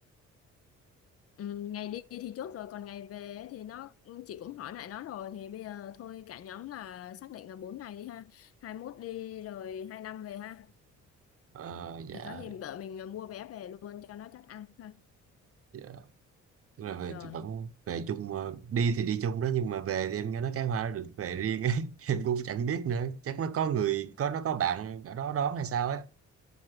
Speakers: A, on the left (about 50°); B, on the right (about 50°).
A: ừ, ngày đi thì chốt rồi còn ngày về ấy thì nó chị cũng hỏi lại nó rồi thì bây giờ thôi cả nhóm là xác định là bốn ngày đi ha hai mốt đi rồi hai năm về ha
B: Ờ dạ
A: thì có gì vợ mình à, mua vé về luôn cho nó chắc ăn ha
B: dạ. Tức là về
A: rồi
B: thì vẫn về chung ờ, đi thì đi chung đó nhưng mà về thì em nghe nói cái Hoa nó được về riêng ấy. <laughs> Em cũng chẳng biết nữa, chắc nó có người có nó có bạn ở đó đón hay sao